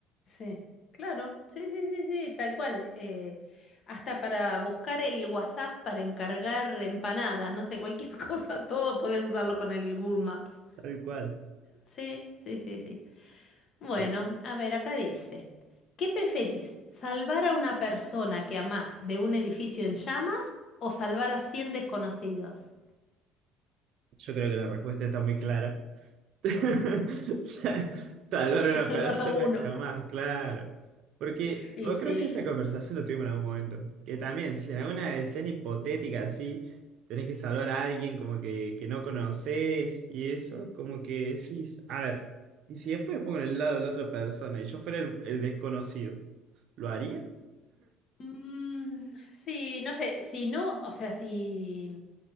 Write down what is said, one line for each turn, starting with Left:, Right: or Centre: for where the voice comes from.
Left: Sí, claro, sí, sí, sí, sí, tal cual. eh, hasta para buscar el WhatsApp para encargar empanadas, no sé, cualquier <laughs> cosa, todo podés usarlo con el Google Maps.
Right: Tal cual.
Left: Sí, sí, sí, sí. Bueno,
Right: Eh,
Left: a ver, acá dice, ¿qué preferís? ¿Salvar a una persona que amás de un edificio en llamas o salvar a 100 desconocidos?
Right: Yo creo que la respuesta está muy clara. <laughs> Salvar
Left: <laughs>
Right: a una
Left: Salvas
Right: persona
Left: a uno.
Right: que amás, claro. Porque
Left: Y
Right: yo
Left: sí.
Right: creo que esta conversación lo tuvimos en algún momento. Que también, si en alguna escena hipotética así, tenés que salvar a alguien como que, que no conoces y eso, como que decís, a ver, y si después me pongo en el lado de la otra persona y yo fuera el, el desconocido, ¿lo haría?
Left: Mm, sí, no sé, si no, o sea, si...